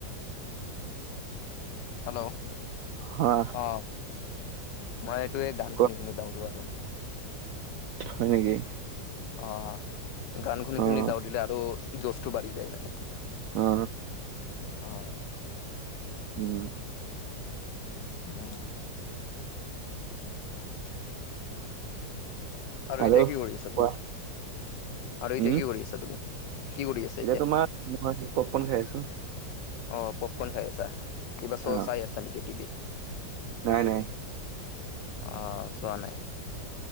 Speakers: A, on the left; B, on the right.
A: হেল্ল'
B: হা
A: অ মই এইটোোৱে গান
B: কোৱা
A: শুনি শুনি দাউৰো আৰু
B: হয় নেকি
A: অ গান শুনি
B: অ',
A: শুনি দাউৰিিলে আৰু জজটো বাঢ়ি যায় মানে
B: অ
A: অ
B: উম
A: অ আৰহতে
B: আৰু
A: কি কৰি আছা
B: কোৱা
A: তুমি আৰহতে
B: উম,
A: কি কৰি আছা তুমি কি কৰি আছা
B: এতিয়া তোমাৰ ম পপপন খাই আছো
A: অ পপকন খাই আছা কিবা শ্ব'
B: অ',
A: চাই আছা নেকি টিভিত
B: নাই নাই
A: অ চোৱা নাই